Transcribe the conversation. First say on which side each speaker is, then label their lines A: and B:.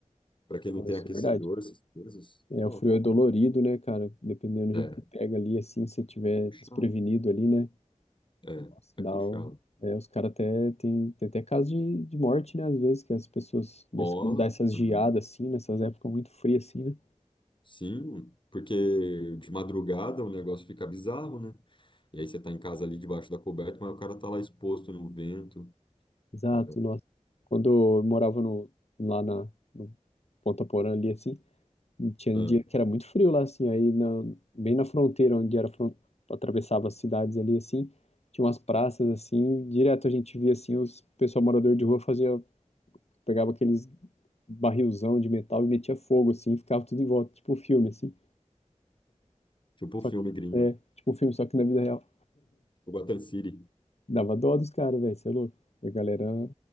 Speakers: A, on the left (about 40°); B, on the left (about 60°).
A: para quem não
B: Não,
A: tem
B: isso
A: aquecedor,
B: é verdade.
A: essas coisas,
B: É,
A: sofre.
B: o frio é dolorido, né, cara? Dependendo do
A: É,
B: jeito que pega ali, assim, se tiver
A: é puxado.
B: desprevenido ali, né?
A: É,
B: Nossa,
A: é
B: dá
A: puxado.
B: o... é, os caras até tem, tem até caso de, de morte, né? Às vezes, que as pessoas, nesse,
A: Rola.
B: quando dá essas
A: uhum.
B: geadas assim, nessas épocas muito frias assim, né?
A: Sim, porque de madrugada o negócio fica bizarro, né? E aí você tá em casa ali debaixo da coberta, mas o cara tá lá exposto no vento.
B: Exato,
A: É,
B: nossa. Quando eu morava no, lá na, no Ponta Porã ali, assim, E tinha
A: ah,
B: dia que era muito frio lá, assim, aí na, bem na fronteira, onde era, fron- atravessava as cidades ali, assim, tinha umas praças, assim, direto a gente via, assim, os pessoal morador de rua fazia, pegava aqueles barrilzão de metal e metia fogo, assim, e ficava tudo em volta, tipo um filme, assim,
A: tipo
B: só
A: o filme
B: que,
A: gringo,
B: é, tipo um filme, só que na vida real.
A: o Gotham City.
B: Dava dó dos caras, velho, você é louco. E a galera